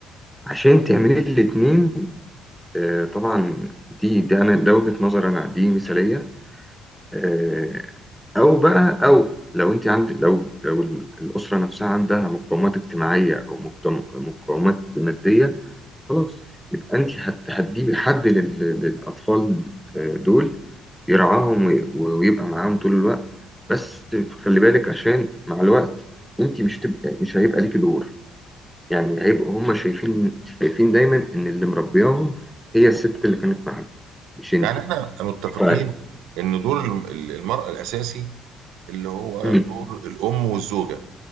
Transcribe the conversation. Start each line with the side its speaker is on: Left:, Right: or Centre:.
Centre: عشان تعملي الاتنين آه، طبعا دي ده انا ده وجهة نظر انا دي مثالية آه، او بقى او لو انت عند لو لو الاسرة نفسها عندها مقومات اجتماعية او مقتم- مقومات مادية خلاص يبقى انت هت- هتجيبي حد لل- للاطفال آه، دول يرعاهم وي- ويبقى معاهم طول الوقت بس خلي بالك عشان مع الوقت انت مش تبقى مش هيبقى ليكي دور يعني هيبقوا هم شايفين شايفين دايما ان اللي مربياهم هي الست اللي كانت معاهم مش انتي
Right: يعني احنا متفقين
Centre: ف...
Right: ان دور الم- ال- المرأة الاساسي اللي هو
Centre: مم.
Right: دور الام والزوجة